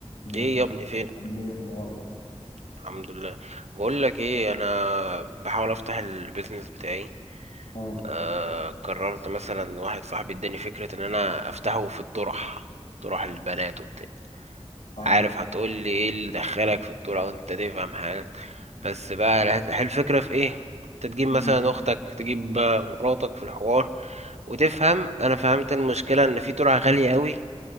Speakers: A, on the left (about 85°); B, on the right (about 75°).
A: ازيك
B: ايه يا ابني فين
A: عامل ايه اخبارك
B: الحمد لله بقول لك ايه انا بحاول افتح البيزنس بتاعي
A: اه
B: آه قررت مثلا واحد صاحبي اداني فكرة ان انا افتحه في الطرح طرح البنات وبتاع
A: اه
B: عارف هتقول لي ايه اللي دخلك في الطرح وانت تفهم حاجة بس بقى الهت- هل الفكرة في ايه انت تجيب مثلا
A: مم.
B: اختك تجيب آه، مراتك في الحوار وتفهم انا فهمت المشكلة ان في طرح غالي قوي